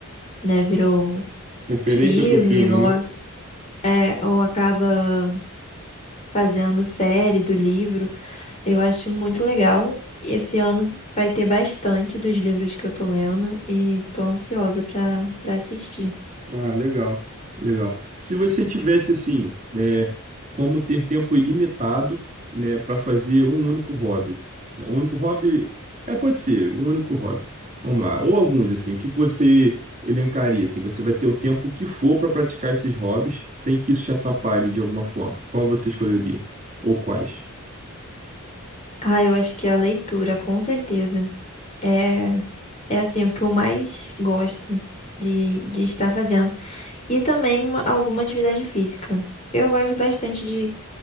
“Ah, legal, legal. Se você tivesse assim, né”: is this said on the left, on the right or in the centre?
Right